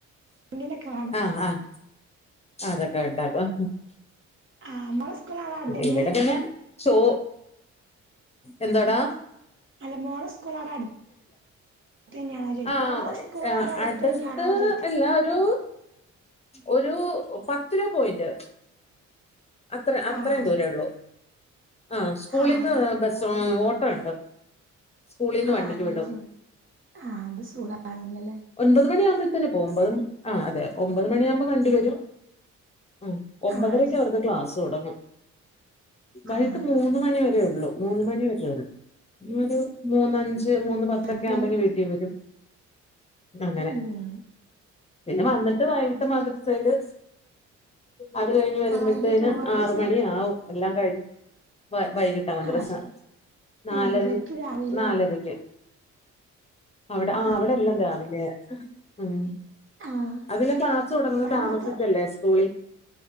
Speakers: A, on the right; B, on the left.
A: എന്തെങ്കിലൊക്കെ കാണും
B: ആഹ് ആഹ് അതൊക്കെ ഉണ്ടാക്കും
A: ആഹ് മോളെ സ്കൂള് അവടെ അടുത്തന്നെ?
B: ഇവിടെ പിന്നെ ച്ചോ എന്താടാ
A: അല്ല മോള സ്കൂളാ അടു തന്നെയാണോ ചോദിക്ക
B: ആ
A: മോളെ
B: കൊഴച്ച്
A: സ്കൂൾ
B: ആ
A: അവിടെ അടുത്ത്
B: അടുത്തടുത്ത്
A: തന്നെയാണോ ചോദിക്ക
B: ഇല്ല ഒരു ഒരു പത്ത് രൂപ പോയിന്റ് അത്ര അത്രേയും
A: ആഹ്
B: ദൂരേ
A: ശരി
B: ഉള്ളൂ ആ സ്കൂളിന്ന്
A: ആഹ്
B: ബസ് ഓട്ടോ ഉണ്ട് സ്കൂളിന്ന്
A: ആഹ്
B: വണ്ടിക്ക്
A: അങ്ങനെ
B: വിടും
A: സുഖ ആഹ് അത് സ്‌കൂളാണുന്നല്ലേ
B: ഒൻമ്പത് മണിയാകുമ്പോത്തന്നെ പോവും അമ്പതും ആ അതെ ഒമ്പത് മണിയാകുമ്പോൾ വണ്ടി വരും. ഉം ഒമ്പതരക്ക്
A: ആഹ് ശരി
B: അവർക്ക് ക്ലാസ് തുടങ്ങും വൈകിട്ട്
A: ആഹ്
B: മൂന്ന് മണി വരേ ഉള്ളൂ മൂന്ന് മണി വരെ ഉള്ളൂ ഒരു മൂന്നഞ്ച് മൂന്ന് പത്തൊക്കെ
A: ആഹ്
B: ആവുമ്പത്തേക്ക് വീ ട്ടിൽ വരും അങ്ങനെ
A: ഉം
B: പിന്നെ വന്നിട്ട് വൈകിട്ട് മദ്രസയില് അത് കഴിഞ്ഞ് വരുമ്പോഴത്തേന്
A: ആഹ് വൈകിട്ടാണോ മദ്രസ്
B: ആറു മണി ആവും എല്ലാം കഴിഞ്ഞ് വൈ വൈകിട്ട് ട്ട മദ്രസ
A: ആഹ് ശരി
B: നാലരെ
A: ഏഹ് ഇവർക്ക് രാവിലെയാണ്
B: നാലരയ്ക്ക് അവിടെ ആ
A: ആഹ്
B: അവിടെല്ലാം രാവിലെയ ഉം
A: ആഹ്
B: അതില് ക്ലാസ് തുടങ്ങുന്നത്
A: അവിടെ
B: താമസിച്ചല്ലേ
A: മൊത്തം
B: സ്കൂളിൽ